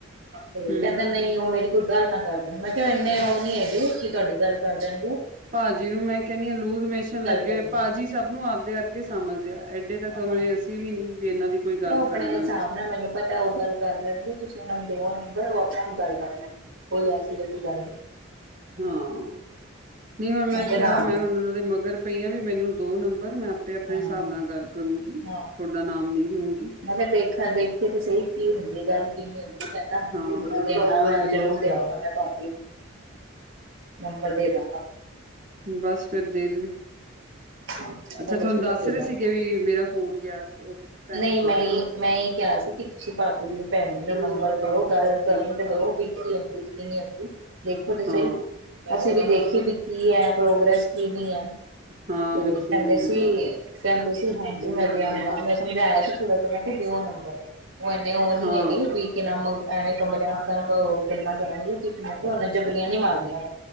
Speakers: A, on the right (about 40°); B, on the right (about 85°).
A: ਹੂੰ
B: ਤੇ ਕਹਿੰਦੇ ਨਹੀਂ ਉਹ ਮੇਰੀ ਕੋਈ ਗੱਲ ਨਾ। ਕਰ ਦੇਣ ਮੈਂ ਕਿਹਾ ਇੰਨੇ ਉਹ ਨੀ ਹੈਗੇ ਕੀ ਤੁਹਾਡੀ ਗੱਲ ਕਰ ਦੇਣਗੇੇ।
A: ਭਾਜੀੀ ਨੂੰ ਮੈਂ ਕਹਿੰਦੀ ਹਾਂ ਲੂਜ਼ ਮੋਸ਼ਸ਼ਨ ਲੱਗੇ
B: ਕਰਨਗੇ
A: ਭਾਜੀ। ਸਭ ਨੂੰ ਆਪਦੇ ਅਰਗੇ ਸਮਝਦੇ ਆ ਐਡੇ ਤਾਂ
B: ਹਾਂ
A: ਕਮਲੇ ਅਸੀਂ ਵੀ ਨੀ ਵੀ ਇਹਨਾਂ ਦੀ ਕੋਈ ਗੱਲ
B: ਤੇ ਉਹ ਆਪਣੇ
A: ਕਰਦਾਂਗੇ
B: ਹਿਸਾਬ
A: ਅਸੀਂ
B: ਨਾਲ ਮੈਨੂੰ ਪਤਾ ਉਹ ਗੱਲ ਕਰ ਲੈਣਗੇ ਤੁਸੀਂ ਉਹਨਾਂ ਨੂੰ ਦੋਵੋ ਨੰਬਰ ਉਹ ਆਪਣੇ ਆਪ ਗੱਲ ਕਰ ਲੈਣ ਕੋਈ ਐਸੀ ਵੈਸੀ ਗੱਲ ਨਹੀਂ।
A: ਹਾਂ ਨਹੀਂ ਹੁਣ
B: ਕਹਿੰਦੇ
A: ਮੈਂ ਕਿਹਾ
B: ਹਾਂ
A: ਮੈਂ ਹੁਣ ਉਹਨਾਂ ਦੇ ਮਗਰ ਪਈ ਹਾਂ ਵੀ ਮੈਨੂੰ ਦਿਓ ਨੰਬਰ ਮੈਂ ਤੇ ਆਪਣੇ
B: ਹਾਂ
A: ਹਿਸਾਬ ਨਾਲ ਗੱਲ ਕਰੂੰਗੀ
B: ਹਾਂ
A: ਤੁਹਾਡਾ ਨਾਮ ਨੀ ਲਊਗੀ।
B: ਮੈਂ ਕਿਹਾ ਦੇਖਾਂ ਦੇਖੀਏ ਤਾਂ ਸਹੀ ਕੀ ਹੁੰਦੀ ਹੈ ਗੱਲ ਕਿ ਨੀ ਹੁੰਦੀ ਕਹਿੰਦਾ ਹਾਂਜੀ।
A: ਹਾਂ
B: ਜ਼ਰੂਰ ਮੈਂ ਨੰਬਰ ਦੇ ਦ <unintelligible>
A: ਬਸ ਫੇਰ ਦੇ ਦੇਵੇ।
B: <unintelligible>
A: ਅੱਛਾ ਤੁਹਾਨੂੰ
B: ਸੀ ਮੈਂ
A: ਦੱਸ
B: ਦੇ
A: ਰਹੇ
B: ਦਾਂਗਾ
A: ਸੀਗੇ ਵੀ ਮੇਰਾ ਫੋਨ ਗਿਆ ਸੀ ਓਕੇ।
B: ਨਹੀਂ -ਨਹੀਂ। ਮੈਂ ਇਹ ਕਿਹਾ ਸੀ ਕਿ ਤੁਸੀਂ ਭੈਣ ਜੀ ਦਾ ਨੰਬਰ ਦਓ ਗੱਲ <inaudible> ਆ ਲੈ ਇੱਕ ਵੀ ਨੀ ਹੁੰਦੀ। ਦੇਖੋ ਤੇ ਸਹੀ
A: ਹਾਂ
B: ਅਸੀਂ ਵੀ ਦੇਖੀਏ ਵੀ ਕੀ ਹੈ ਪ੍ਰੋਗਰੈਸ ਕਿ ਨਹੀ ਹੈ।
A: ਹਾਂ
B: ਤੇ
A: ਬਿਲਕੁਲ
B: ਕਹਿੰਦੇ
A: ਜੀ ਬਿਲਕੁਲ
B: ਸੀ। ਕਹਿੰਦੇ ਸੀ ਹਾਂਜੀ ਮੈਂ ਦਿਆਂਗਾ ਮੈਂ ਸਮਝਾਇਆ ਸੀ ਥੋੜਾ ਜਿਹਾ ਨਾ ਦਿਓ ਨੰਬਰ। ਉਹਨੇ ਇਨੇ ਉਹ ਨਹੀ
A: ਹਾਂ
B: ਹੈਗੇ ਵੀ ਕਿੰਨਾ ਐਵੇਂ ਕਮਲਿਆ ਦੀ ਤਰਾਂ ਗੱਲਾਂ ਕਰਨਗੇ ਤੁਸੀਂ ਮੈਂ ਕਿਹਾ ਉਹ ਜਬਲੀਆਂ ਨੀ ਮਾਰਨੀਆਂ।